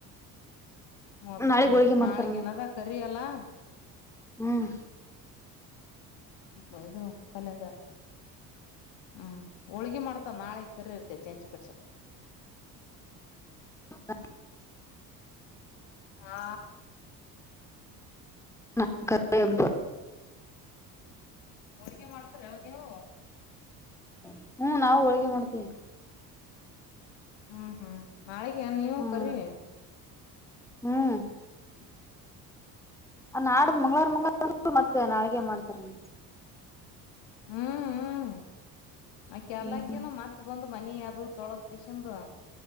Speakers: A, on the left; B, in the centre.
A: ಮತ್
B: ನಾಳಿಗ್ ಹೋಳ್ಗಿ ಮಾಡ್ತಾರನ
A: ನಾಳಗ್ ಏನದ ಕರಿ ಅಲ್ಲಾ
B: ಹ್ಮ್
A: ಹ ಇದು ಕಲ್ಯಾಣ ಜಡ ಹ್ಮ್ ಹೋಳ್ಗಿ ಮಾಡ್ತ ನಾಳಗ್ ಕರಿ್ರ ಇರ್ತೆ ಚೆಂಚಿ ಕಡ್ಚ
B: ಹ
A: ಹಾ
B: ನ ಕ ಹಬ್ಬ <unintelligible>
A: ಹೋಳ್ಗೆ ಮಾಡ್ತಿರಾ ನೀವು
B: ಹ್ಮ್ ನಾವು ಹೋಳ್ಗೆಿ ಮಾಡ್ತೀವಿ
A: ಹ್ಮ್ ಹ್ಮ್ ನಾಳೆಗೆನ್ ನೀವು
B: ಹ್ಮ್
A: ಕರಿ
B: ಹ್ಮ್
A: ಹ್ಮ
B: ನಾಡ್ ಮಂಗ್ಲರ್ ಮಂಗ್ಲರ್ ಮತ್ತೆ ನಾಳೆಗೆ ಮಾಡ್ತರೇನ.
A: ಹ್ಮ್ ಹ್ಮ್ ಅಕ್ಕಿ
B: ಹ್ಮ್
A: ಅಲ್ಲಂಗಿನು ಮತ್ ಬಂದು ಮನಿ ಅದು ತೊಳೆದ್ ಕಿಶನ್ದು